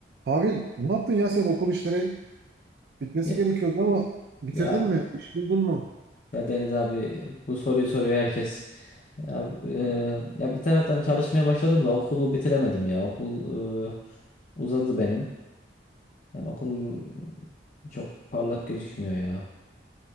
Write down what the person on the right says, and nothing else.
Abi ne yaptın ya sen okul işleri? Bitmesi
gerekiyordu ama bitirdin
mi? İş buldun mu?